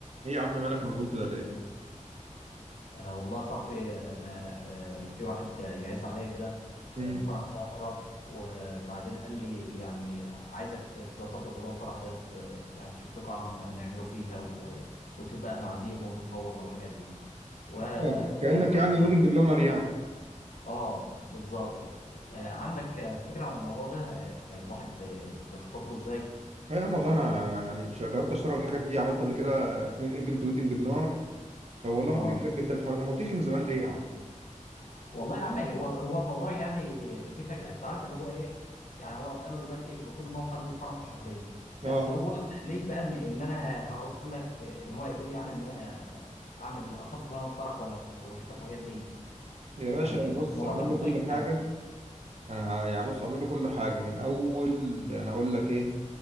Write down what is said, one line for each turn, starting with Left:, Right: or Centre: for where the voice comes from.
Right: ايه يا عم مالك مضغوط كده ليه؟
Left: آه والله يا صاحبي أنا آه في واحد يعز عليا كده
Right: امم
Left: آه، الفرح بتاعه قرب وبعدين قال لي يعني عايزك تظبط لي موضوع الفرح ده آه، يعني تشوف لي قاعة نعمله فيها و- وتشوف بقى المعازيم والمصور والحاجات دي و-
Right: آه، كانك
Left: فأنا عايز
Right: يعني
Left: أ-
Right: ويدنج بلانر يعني
Left: آه بالظبط آه عندك آه، فكرة عن الموضوع ده آه، الواحد آه، يخطط له إزاي؟
Right: لا يا عم والله انا يعني شا- جربت اشتغل الحاجات دي عملت قبل كده اتنين ايفنت ويدنج بلانر فوالله
Left: آه
Right: ممكن افيدك جدا في حاجه انا ما قلتليش من زمان ليه يا عم
Left: والله يا عم هو هو الموضوع يعني جه فجأة انت عارف اللي هو ايه يعني هو بقى له دلوقتي المفروض ان هو محدد الفرح من شهرين بس
Right: اه
Left: هو ليش بقى ان إن انا هقول لك ان هو يقول لي يعني ان انا اعمل اخطط انا الفرح و- واشوف الحاجات دي
Right: يا باشا
Left: يعني
Right: انا بص
Left: الموضوع
Right: هعمل
Left: كان مفاجئ
Right: له كل حاجه
Left: يعني
Right: انا ه- يعني بص هعمل له كل حاجه من اول انا اقول لك ايه